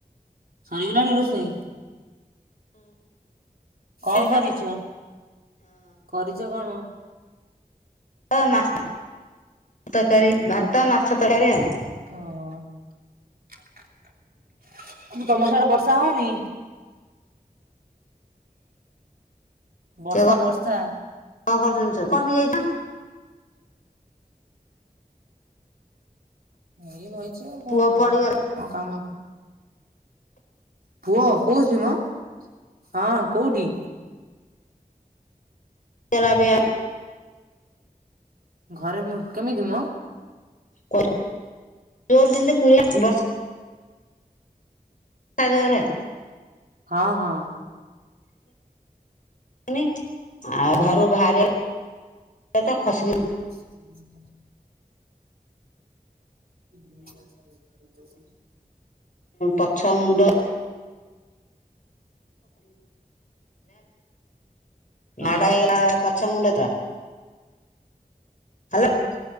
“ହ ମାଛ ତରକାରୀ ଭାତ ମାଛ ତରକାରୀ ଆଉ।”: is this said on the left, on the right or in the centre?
Left